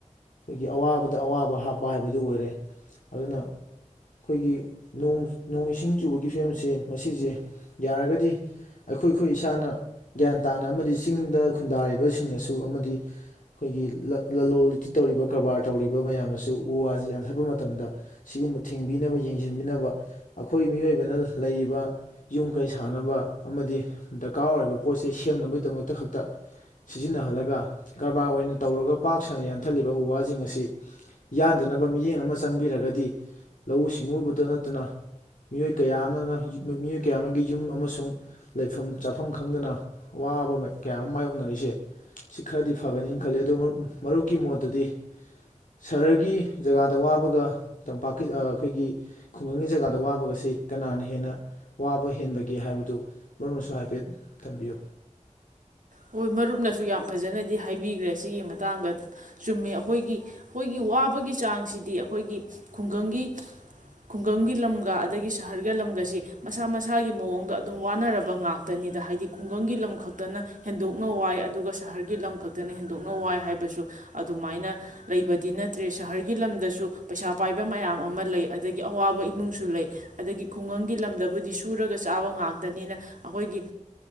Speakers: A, on the left (about 80°); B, on the right (about 80°).
A: ꯑꯩꯈꯣꯏꯒꯤ ꯑꯋꯥꯕꯗ ꯑꯋꯥꯕ ꯍꯥꯞꯄ ꯍꯥꯏꯕꯗꯨ ꯑꯣꯏꯔꯦ ꯑꯗꯨꯅ ꯑꯩꯈꯣꯏꯒꯤ ꯅꯣꯡ-ꯅꯣꯡ ꯏꯁꯤꯡ ꯆꯨꯕꯒꯤ ꯐꯤꯕꯝꯁꯦ ꯃꯁꯤꯁꯦ ꯌꯥꯔꯒꯗꯤ ꯑꯩꯈꯣꯏꯈꯣꯏ ꯏꯁꯥꯅ ꯒ꯭ꯌꯥꯟ ꯇꯥꯅ ꯑꯃꯗꯤ ꯆꯤꯡꯗ ꯈꯨꯟꯗꯥꯔꯤꯕꯁꯤꯡꯅꯁꯨ ꯑꯃꯗꯤ ꯑꯩꯈꯣꯏꯒꯤ ꯂ-ꯂꯂꯣꯟ ꯏꯇꯤꯛ ꯇꯧꯔꯤꯕ ꯀꯔꯕꯥꯔ ꯇꯧꯔꯤꯕ ꯃꯌꯥꯝꯅꯁꯨ ꯎ ꯋꯥꯁꯤ ꯌꯥꯟꯊꯠꯄ ꯃꯇꯝꯗ ꯁꯤꯒꯨꯝꯕ ꯊꯤꯡꯕꯤꯅꯕ ꯌꯦꯡꯁꯤꯟꯕꯤꯅꯕ ꯑꯩꯈꯣꯏ ꯃꯤꯑꯣꯏꯕꯅ ꯂꯩꯔꯤꯕ ꯌꯨꯝ-ꯀꯩ ꯁꯥꯟꯅꯕ ꯑꯃꯗꯤ ꯗꯔꯀꯥꯔ ꯑꯣꯏꯔꯤꯕ ꯄꯣꯠ ꯆꯩꯩ ꯁꯦꯝꯅꯕꯒꯤꯗꯃꯛꯇ ꯈꯛꯇ ꯁꯤꯖꯤꯟꯅꯍꯜꯂꯒ ꯀꯔꯕꯥꯔ ꯑꯣꯏꯅ ꯇꯧꯔꯒ ꯄꯥꯛ ꯁꯟꯅ ꯌꯥꯟꯊꯠꯂꯤꯕ ꯎ- ꯋꯥꯁꯤꯡ ꯑꯁꯤ ꯌꯥꯟꯗꯅꯕ ꯃꯤꯠꯌꯦꯡ ꯑꯃ ꯆꯪꯕꯤꯔꯒꯗꯤ ꯂꯧꯎ ꯁꯤꯡꯎꯕꯗ ꯅꯠꯇꯅ ꯃꯤꯑꯣꯏ ꯀꯌꯥ ꯑꯃ ꯅ ꯃꯤꯑꯣꯏ ꯀꯌꯥ ꯑꯃꯒꯤ ꯌꯨꯝ ꯑꯃꯁꯨꯡ ꯂꯩꯐꯝ-ꯆꯥꯐꯝ ꯈꯪꯗꯅ ꯑꯋꯥꯕ ꯀꯌꯥ ꯑꯃ ꯃꯥꯥꯏꯌꯣꯛꯅꯔꯤꯁꯦ ꯁꯤ ꯈꯔꯗꯤ ꯐꯒꯅꯤꯅ ꯈꯜꯂꯤ ꯑꯗꯨꯨ ꯃꯔꯨꯞꯀꯤ ꯃꯣꯠꯇꯗꯤ ꯁꯍꯔꯒꯤ ꯖꯒꯥꯗ ꯋꯥꯕꯒ ꯇꯝꯄꯥꯛꯀꯤ ꯑꯩꯈꯣꯏꯒꯤ ꯈꯨꯡꯒꯪꯒꯤ ꯖꯒꯥꯗ ꯋꯥꯕꯒꯁꯤ ꯀꯅꯥꯅ ꯍꯦ ꯍꯦꯟꯅ ꯋꯥꯕ ꯍꯦꯟꯕꯒꯦ ꯍꯥꯏꯕꯗꯨ ꯃꯔꯨꯞꯅꯁꯨ ꯍꯥꯏꯐꯦꯠ ꯊꯝꯕꯤꯌꯨ
B: ꯍꯣꯏ ꯃꯔꯨꯞꯅꯁꯨ ꯌꯥꯝ ꯐꯖꯅꯗꯤ ꯍꯥꯏꯕꯤꯒ꯭ꯔꯦ ꯁꯤꯒꯤ ꯃꯇꯥꯡꯗ ꯆꯨꯝꯃꯤ ꯑꯩꯈꯣꯏꯒꯤ-ꯑꯩꯈꯣꯏꯒꯤ ꯋꯥꯕꯒꯤ ꯆꯥꯡꯁꯤꯗꯤ ꯑꯩꯈꯣꯏꯒꯤ ꯈꯨꯡꯒꯪꯒꯤ-ꯈꯨꯡꯒꯪꯒꯤ ꯂꯝꯒ ꯑꯗꯒꯤ ꯁꯍꯔꯒꯤ ꯂꯝꯒꯁꯤ ꯃꯁꯥ-ꯃꯁꯥꯒꯤ ꯃꯑꯣꯡꯒ ꯑꯗꯨꯝ ꯋꯥꯅꯔꯕ ꯉꯥꯛꯇꯅꯤꯗ ꯍꯥꯏꯗꯤ ꯈꯨꯡꯒꯪꯒꯤ ꯂꯝ ꯈꯛꯇꯅ ꯍꯦꯟꯗꯣꯛꯅ ꯋꯥꯏ ꯑꯗꯨꯒ ꯁꯍꯔꯒꯤ ꯂꯝ ꯈꯛꯇꯅ ꯍꯦꯟꯗꯣꯛꯅ ꯋꯥꯏ ꯍꯥꯏꯕꯁꯨ ꯑꯗꯨꯃꯥꯏꯅ ꯂꯩꯕꯗꯤ ꯅꯠꯇ꯭ꯔꯦ ꯁꯍꯔꯒꯤ ꯂꯝꯗꯁꯨ ꯄꯩꯁꯥ ꯄꯥꯏꯕ ꯃꯌꯥꯝ ꯑꯃ ꯂꯩ ꯑꯗꯒꯤ ꯑꯋꯥꯕ ꯏꯃꯨꯡꯁꯨ ꯂꯩ ꯑꯗꯒꯤ ꯈꯨꯡꯒꯪꯒꯤ ꯂꯝꯗꯕꯨꯗꯤ ꯁꯨꯔꯒ ꯆꯥꯕ ꯉꯥꯛꯇꯅꯤꯅ ꯑꯩꯈꯣꯏꯒꯤ